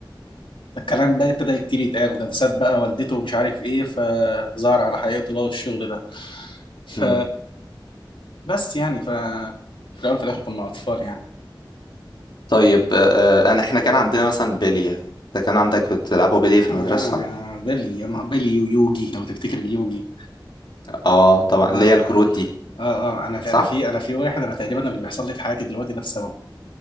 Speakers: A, on the left; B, on the left.
A: فالكلام بقى ابتدى كتير يتقال ده ده ساب بقى والدته ومش عارف ايه فظهر على حقيقته بقى والشغل ده ف
B: امم <laughs>
A: بس يعني ف في الاول في الاخر كنا اطفال يعني
B: طيب آه، انا احنا كان عندنا مثلا بلية انت كان عندك بتلعبوا بلية في
A: آه
B: المدرسة
A: يا بيلي يا نهار- بيلي ويوجي لو تفتكر اليوجي
B: اه طبعا
A: انا
B: اللي هي الكروت دي
A: اه اه انا في
B: صح
A: انا في انا في واحد انا تقريبا اللي بيحصل لي في حياتي دلوقتي ده بسببه